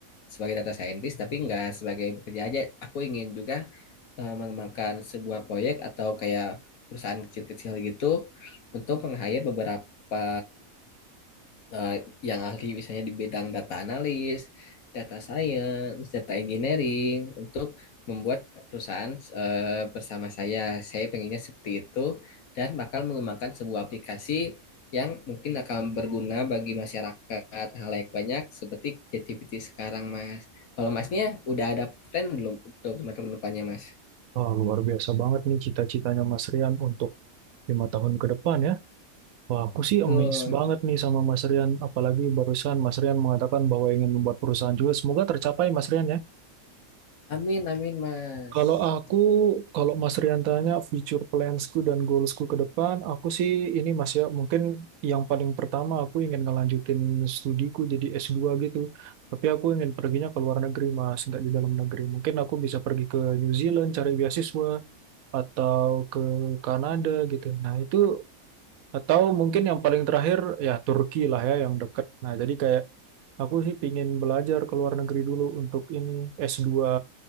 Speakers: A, on the left (about 75°); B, on the right (about 75°).
A: sebagai data scientist tapi nggak sebagai bekerja aja aku ingin juga eh, mengembangkan sebuah proyek atau kayak perusahaan kecil-kecil gitu untuk meng-hire beberapa eh, yang ahli misalnya di bidang data analis, data science, data engineering untuk membuat perusahaan eh, bersama saya. Saya pengennya seperti itu dan bakal mengembangkan sebuah aplikasi yang mungkin akan berguna bagi masyarakat halayak banyak seperti ChatGPT sekarang, Mas. Kalau Masnya udah ada plan belum untuk teman-teman depannya, Mas?
B: Wah, luar biasa banget nih cita-citanya Mas Rian untuk lima tahun ke depan ya. Wah, aku sih
A: Betul.
B: amazed banget nih sama Mas Rian. Apalagi barusan Mas Rian mengatakan bahwa ingin membuat perusahaan juga. Semoga tercapai Mas Rian ya.
A: Amin, amin, Mas.
B: Kalau aku, kalau Mas Rian tanya future plansku dan goalsku ke depan, aku sih ini Mas ya, mungkin yang paling pertama aku ingin ngelanjutin studiku jadi S2 gitu. Tapi aku ingin perginya ke luar negeri Mas, nggak di dalam negeri. Mungkin aku bisa pergi ke New Zealand cari beasiswa atau ke Kanada gitu. Nah, itu atau mungkin yang paling terakhir ya Turki lah ya yang deket. Nah, jadi kayak aku sih pingin belajar ke luar negeri dulu untuk ini S2